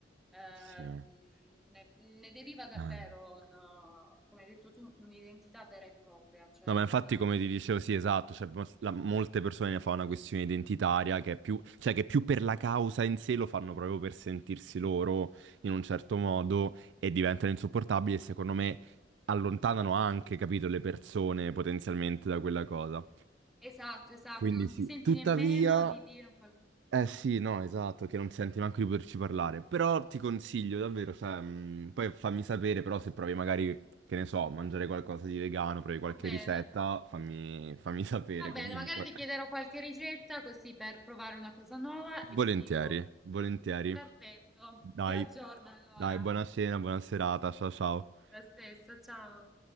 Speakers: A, in the centre; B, on the right.
A: ehm,
B: Sì.
A: ne, ne deriva davvero,
B: Ehm.
A: un, come hai detto tu, un'identità vera e propria, cioè
B: No, ma
A: non...
B: infatti come ti dicevo, sì, esatto, cioè, mo- la- molte persone ne fanno una questione identitaria che è più, cioè che più per la causa in sé lo fanno proprio per sentirsi loro in un certo modo e diventano insopportabili e secondo me allontanano anche, capito, le persone potenzialmente da quella cosa.
A: Esatto, esatto,
B: Quindi
A: non
B: sì.
A: ti senti
B: Tuttavia,
A: nemmeno di dire... qual-
B: eh sì, no, esatto, che non senti neanche di poterci parlare. Però ti consiglio davvero, cioè, mh, poi fammi sapere, però se provi magari, che ne so, mangiare qualcosa di vegano, provi qualche
A: Va bene.
B: ricetta, fammi, fammi sapere
A: Va bene,
B: comunque.
A: magari ti chiederò qualche ricetta così per provare una cosa nuova
B: Volentieri,
A: e ti dico.
B: volentieri.
A: Perfetto,
B: Dai,
A: ti aggiorno allora.
B: dai, buona cena, buona serata, ciao ciao.
A: Lo stesso, ciao.